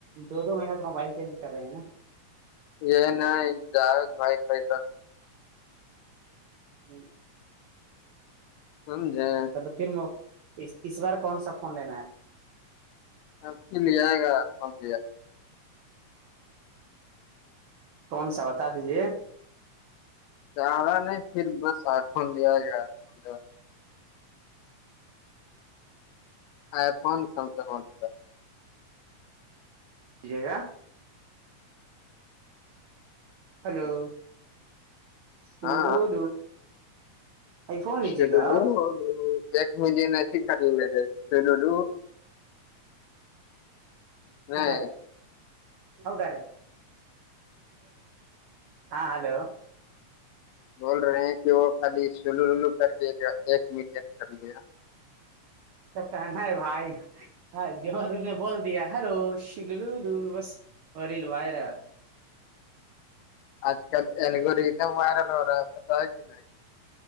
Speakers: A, on the right; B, on the left.
A: دو دو مہینہ تو موبائل چینج کر رہے ہیں نا
B: یہ جاؤز بھائی خئی
A: ج
B: سمد ہے
A: پھر اس بار کون سا فون لینا ہے
B: ہاں کل ا بند
A: کون سا بتا دیجے
B: زیادہ نہیں پھر بس آئر فون لیا گیا فون آئی فون سمسنگ
A: دیجیے گا
B: میں-
A: ہلو س ہلو
B: ہاں
A: ابھی فون لیجیے
B: شڈول
A: گا آپ
B: ایک ملین ای ہی کرے شڈول نہیں
A: سکارے ہو رے ہاں ہلو
B: بول رہے ہیں کہ وہ خالی سلو ولو کر کے ایک میٹ کر لیا
A: تو نا بھائی ہاں جوہر نے بول دیا ہلو شل لولو بس وریلو وائرا
B: آج کل ایلگور ایک دم وائرل ہو رہا ہے ہوتا ہے نہیں